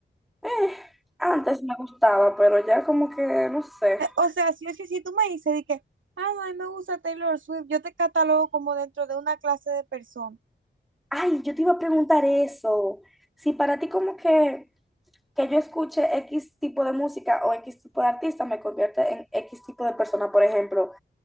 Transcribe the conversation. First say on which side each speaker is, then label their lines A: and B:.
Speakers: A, in the centre; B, on the right.
A: Eh, antes me gustaba, pero ya como que no sé.
B: Eh, O sea, si, si, si tú me dices de que, ah, no, a mí me gusta Taylor Swift, yo te catalogo como dentro de una clase de personas.
A: Ay, yo te iba a preguntar eso. Si para ti como que que yo escuche X tipo de música o X tipo de artista me convierte en X tipo de persona. Por ejemplo,